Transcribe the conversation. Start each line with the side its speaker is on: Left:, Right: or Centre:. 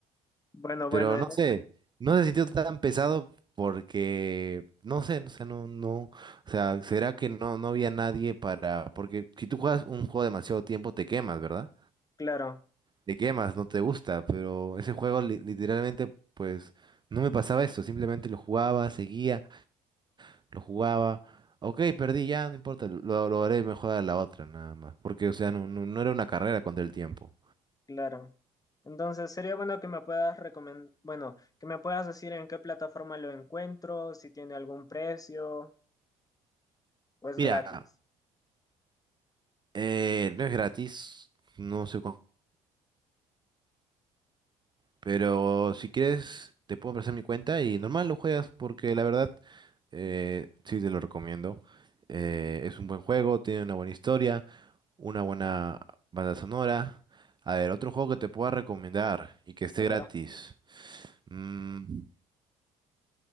Left: bueno,
Right: Pero
Left: bueno, en-
Right: no sé,
Left: e,
Right: no se sintió tan pesado porque, no sé, no sé, no, no, o sea, ¿será que no, no había nadie para, porque si tú juegas un juego demasiado tiempo te quemas, ¿verdad?
Left: claro,
Right: Te quemas, no te gusta, pero ese juego li- literalmente, pues, no me pasaba eso, simplemente lo jugaba, seguía, lo jugaba, ok, perdí, ya, no importa, lo, lo haré mejor a la otra, nada más, porque, o sea, no, no, no era una carrera contra el tiempo.
Left: claro. Entonces, sería bueno que me puedas recomendar, bueno, que me puedas decir en qué plataforma lo encuentro, si tiene algún precio o es
Right: Mira,
Left: gratis.
Right: eh, no es gratis, no sé Pero si quieres, te puedo ofrecer mi cuenta y normal lo juegas porque la verdad eh, sí te lo recomiendo. Eh,
Left: Mm,
Right: es un buen juego, tiene una buena historia, una buena banda sonora. A ver, otro juego que te pueda recomendar y que esté
Left: a ver,
Right: gratis. Mm,